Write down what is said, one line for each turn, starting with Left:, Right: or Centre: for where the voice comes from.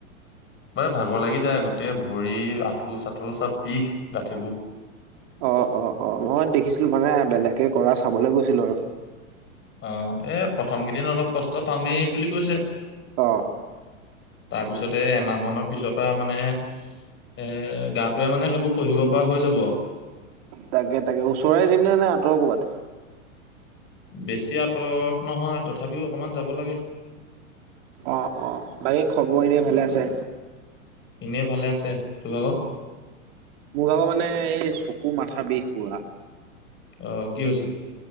Left: মানে ভাগৰ লাগি যায় গোটেই ভৰি আঁঠু-চাঠু চব বিষ গাঁঠিবোৰ।
Right: অ' অ' অ' মই দেখিছিলোঁ মানে বেলেগে কৰা চাবলৈ গৈছিলোঁ আৰু।
Left: অ' এ প্ৰথম কেইদিন অলপ কষ্ট পামেই বুলি কৈছে।
Right: অ'
Left: তাৰ পিছতে এমাহ মানৰ পিছৰ পৰা মানে এ গাটোৱে মানে সেইবোৰ সহিব পৰা হৈ যাব আৰু।
Right: তাকে-তাকে ওচৰৰে জিমনে নে আঁতৰ ক'ৰবাত?
Left: বেছি আঁতৰত নহয়, তথাপিও অকমান যাব লাগে।
Right: অ' অ' বাকী খবৰ এনেই ভালে আছে?
Left: এনেই ভালে আছে। তোৰ ভাগৰ?
Right: মোৰ ভাগৰ মানে এই চকু, মাথা বিষ পোৰা।
Left: অ' কি হৈছে?